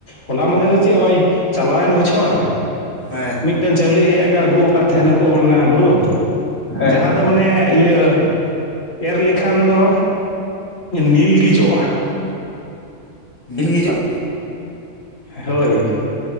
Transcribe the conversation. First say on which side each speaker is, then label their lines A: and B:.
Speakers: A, on the left; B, on the left.
A: ᱦᱚᱞᱟ ᱢᱟᱫᱷᱮᱨ ᱫᱚ ᱪᱮᱜ? ᱱᱚᱜ-ᱚᱭ ᱪᱟᱞᱟᱣᱮᱱ ᱵᱚᱪᱷᱚᱨ
B: ᱦᱮᱸ᱾
A: ᱢᱤᱫᱴᱮᱱ ᱪᱟᱣᱞᱮ ᱦᱮᱡ ᱟᱠᱚ ᱟᱹᱜᱩ ᱟᱠᱟᱫ ᱛᱟᱦᱮᱸᱱᱟᱠᱚ, ᱚᱱᱟ ᱦᱩᱲᱩ
B: ᱦᱮᱸ
A: ᱡᱟᱦᱟᱸ ᱫᱚ ᱢᱟᱱᱮ ᱤᱭᱟᱹ ᱮᱨ ᱞᱮᱠᱷᱟᱱ ᱫᱚ ᱱᱤᱞᱜᱮ ᱡᱚᱜ-ᱟ᱾
B: ᱰᱤᱞ ᱜᱮ ᱡᱚᱜ-ᱟ?
A: ᱦᱳᱭ,